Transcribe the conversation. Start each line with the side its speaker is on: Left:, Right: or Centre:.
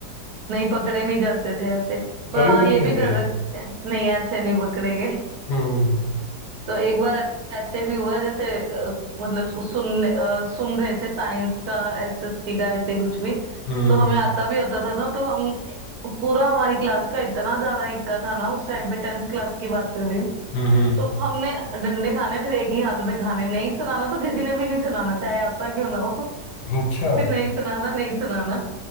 Right: नहीं पकड़े नहीं जाते थे ऐसे पर
Left: कभी
Right: हाँ
Left: पकड़े
Right: ये भी
Left: नहीं
Right: कर
Left: गए
Right: रखते हैं नहीं ऐसे नहीं पकड़े गए
Left: हम्म
Right: तो एक बार ऐसे भी हुआ जैसे अ, मतलब सुन सुन रहे थे साइंस का एसएससी का ऐसे कुछ भी
Left: हम्म
Right: तो हमें आता भी होता था ना तो हम पूरा हमारी क्लास का इतना ज्यादा इक्का था ना उस टाइम पे टेंथ क्लास की बात कर रही हूँ
Left: हम्म
Right: तो हमने डंडे खाने फिर एक ही हाथ में खाने नहीं सुनाना तो किसी ने भी नहीं सुनाना चाहे आता क्यों ना हो <laughs>
Left: हम्म, अच्छा
Right: फिर नहीं सुनाना नहीं सुनाना